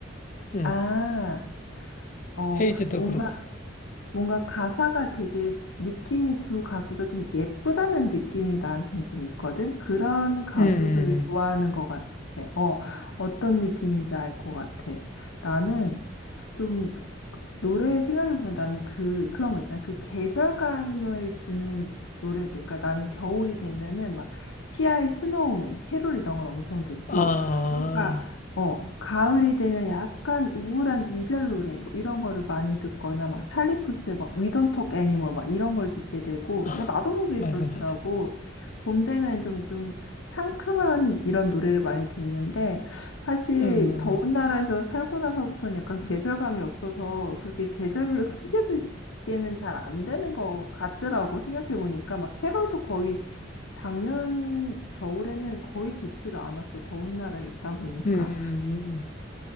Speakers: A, on the left (about 40°); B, on the left (about 85°).
A: 응.
B: 아, 어,
A: 헤이즈도
B: 뭔가,
A: 그렇고.
B: 뭔가 가사가 되게 느낌이 두 가수 다 좀 예쁘다는 느낌이 나한테는 좀 있거든? 그런 가수들을
A: 음.
B: 좋아하는 것 같아. 어, 어떤 느낌인지 알 것 같아. 나는 좀 노래 생각해보면 나는 그, 그런 거 있잖아. 그 계절감을 주는 노래들. 그러니까 나는 겨울이 되면은 막 시아의 스노우맨, 캐롤 이런 걸 엄청 듣고.
A: 아.
B: 그러니까, 어, 가을이 되면 약간 우울한 이별 노래, 뭐 이런 거를 많이 듣거나 막 찰리 푸스의 막 We Don't Talk Anymore 막 이런 걸 듣게 되고.
A: 아,
B: 그러니까 나도 모르게
A: 맞아
B: 그렇더라고.
A: 맞아.
B: 봄 되면 좀, 좀 상큼한 이런 노래를 많이 듣는데 사실
A: 어, 음.
B: 더운 나라에서 살고 나서부터는 약간 계절감이 없어서 그렇게 계절별로 <laughs> 챙겨 듣기에는 잘 안 되는 것 같더라고 생각해 보니까 막 캐럴도 거의 작년 겨울에는 거의 듣지를 않았어 더운 나라에 있다 보니까
A: 음. 음.